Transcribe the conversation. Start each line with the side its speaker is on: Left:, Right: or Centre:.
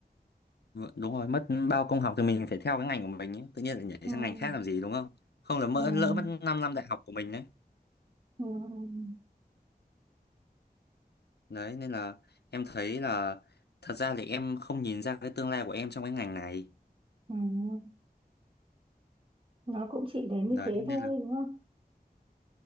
Left: đúng rồi mất bao công học thì mình phải theo cái ngành của mình ấy. tự nhiên lại nhảy
Right: Ừm,
Left: sang ngành khác làm gì đúng không không là mỡ
Right: ừm,
Left: lỡ mất 5 năm đại học của mình đấy
Right: ừm,
Left: Đấy nên là em thấy là thật ra thì em không nhìn ra cái tương lai của em trong cái ngành này.
Right: ừm. Nó cũng chỉ đến
Left: Đấy
Right: như thế
Left: nên
Right: thôi
Left: là
Right: đúng không?